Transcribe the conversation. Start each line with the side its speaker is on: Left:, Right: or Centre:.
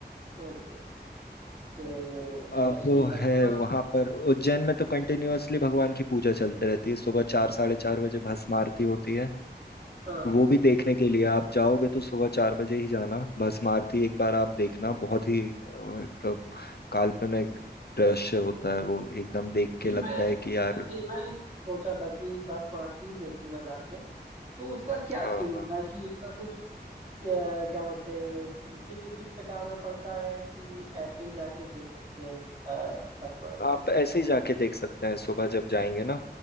Right: ओके तो
Left: अब
Right: टच
Left: वो
Right: नहीं करेंगे
Left: है
Right: बस
Left: वहाँ पर उज्जैन में तो कंटिन्यूअसली भगवान की पूजा चलते रहती है सुबह चार साढ़े चार बजे भस्म आरती होती है
Right: हाँ हाँ
Left: वो भी देखने के लिए आप जाओगे तो सुबह चार बजे ही जाना भस्म आरती एक बार आप देखना बहुत ही अ, मतलब काल्पनिक दृश्य होता है वो एकदम देख
Right: नहीं
Left: के लगता
Right: मैं
Left: है कि यार
Right: मैं दे, मैं सोचा था कि बासमती देखूंगा जाके तो उसका क्या सीन
Left: हाँ
Right: होता
Left: हाँ
Right: है कि उसका कुछ अ, क्या बोलते हैं रिसिप्ट रिसिप्ट कटाना पड़ता है कि ऐसे ही जाके देख सकते हैं अ, बासमती
Left: आप ऐसे ही जाके देख सकते हैं सुबह जब जाएंगे ना